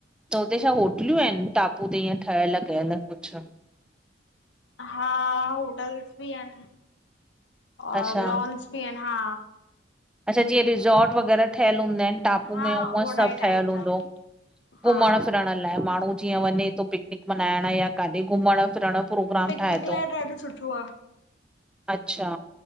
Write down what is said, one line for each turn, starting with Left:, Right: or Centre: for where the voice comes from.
Centre: त हुते छा होटल्यूं एन, टापू ते ईीअं ठयल कयल कुछ?
Left: हा, होटल्स बि अन्, और
Centre: अच्छा
Left: लॉन्स बि अन्, हा
Centre: अच्छा, जीअं रिसॉर्ट वग़ैरा ठयल हूंदा एन। टापू
Left: हा
Centre: में ऊंअं
Left: ओड़ाई
Centre: सभ ठहयल
Left: टाइप
Centre: हूंदो,
Left: जा हा
Centre: घुमण फिरण लाइ माण्हूं जीअं वञे? तो, पिकनिक मनाइण, या काॾे घुमण फिरण जो प्रोग्राम
Left: पिकनिक
Centre: ठाहे
Left: लाइ
Centre: थो।
Left: ॾाढो सुठो आ।
Centre: अच्छा,